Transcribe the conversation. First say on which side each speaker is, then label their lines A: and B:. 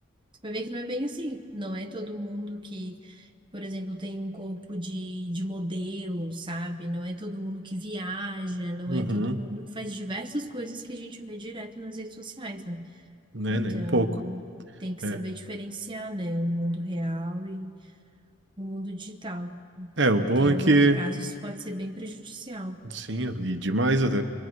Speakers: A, on the right; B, on the right.
A: você vai ver que não é bem assim. Não é todo mundo que, por exemplo, tem um corpo de, de modelo, sabe? Não é todo mundo que viaja, não
B: Uhum,
A: é todo mundo que faz diversas coisas que a gente vê direto nas redes sociais, né?
B: né?
A: Então,
B: Nem um pouco.
A: tem que
B: É.
A: saber diferenciar, né, o mundo real e o mundo digital,
B: É, o
A: porque
B: bom é
A: a
B: que,
A: longo prazo isso pode ser bem prejudicial.
B: sim, e demais até.